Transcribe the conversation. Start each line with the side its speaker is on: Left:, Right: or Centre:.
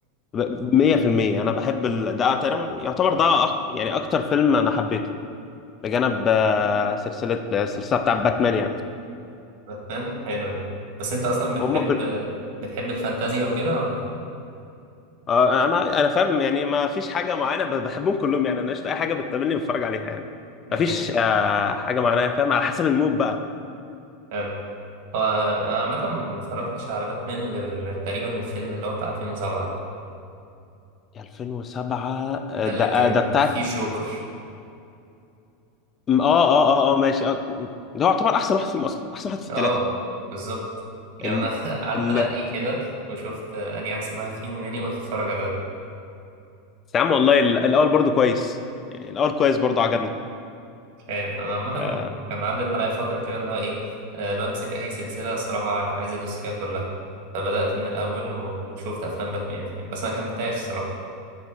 Left: ب- 100% انا بحب ال... ده تقريبا يعتبر ده أك... يعني اكتر فيلم انا حبيته بجانب آه، سلسله آه، السلسله بتاع باتمان يعني
Right: باتمان حلوه دي بس انت اصلا بتحب
Left: هم كل
Right: بتحب الفانتازيا وكده ولا
Left: آه، انا انا فاهم يعني ما فيش حاجه معينه ب- بحبهم كلهم يعني انا قشطه اي حاجه بتقابلني بتفرج عليها يعني
Right: لكن
Left: ما فيش آه، حاجه معينه فاهم على حسب المود بقى
Right: حلو فانا عامه ما اتفرجتش على باتمان غير تقريبا الفيلم اللي هو بتاع 2007 ده
Left: 2007 آه،
Right: ده
Left: ده
Right: اللي
Left: آه،
Right: كان
Left: ده بتاع
Right: فيه جوكر
Left: م- اه اه اه اه ماشي آه. ده هو يعتبر احسن واحد فيهم اصلا احسن واحد في الثلاثه
Right: اه بالظبط يعني
Left: ال...
Right: انا <laughs> قعدت
Left: ال...
Right: انقي كده وشفت اني احسن واحد فيهم يعني قلت اتفرج على ده
Left: بس يا عم والله ال... الاول برضو كويس يعني الاول كويس برضو عجبني
Right: مش عارف انا عامه
Left: آه
Right: كان عدت عليا فتره كده اللي هو ايه آه، بمسك اي سلسله الصراحه عايز ادوس فيها كلها فبدات من الاول وشفت افلام باتمان يعني بس انا كملتهاش الصراحه